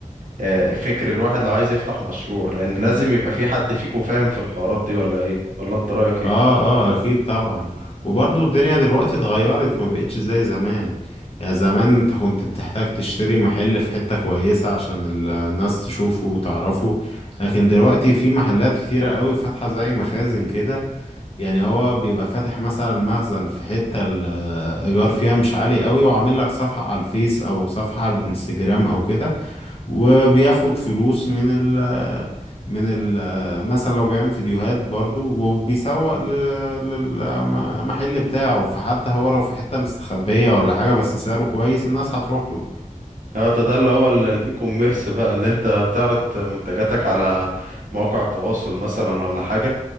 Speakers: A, on the right (about 65°); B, on the left (about 45°).
A: آه، فكر الواحد لو عايز يفتح مشروع لان لازم يبقى في حد فيكم فاهم في الحوارات دي ولا ايه ولا انت رأيك ايه
B: اه اه اكيد طبعا وبرضه الدنيا دلوقتي اتغيرت ما بقتش زي زمان يعني زمان انت كنت بتحتاج تشتري محل في حتة كويسة عشان ال- الناس تشوفه وتعرفه لكن دلوقتي في محلات كتيرة قوي فاتحة زي مخازن كده يعني هو بيبقى فاتح مثلا مخزن في حتة الإيجار فيها مش عالي قوي وعامل لك صفحة على الفيس أو صفحة على الانستجرام أو كده وبياخد فلوس من ال من ال مثلا لو بيعمل فيديوهات برضو وبيسوق للمحل بتاعه فحتى هو لو في حتة مستخبية ولا حاجة بس سعره كويس الناس هتروح له
A: اه ده ده اللي هو ال- الاي كوميرس بقى اللي انت تعرض منتجاتك على مواقع التواصل مثلا ولا حاجة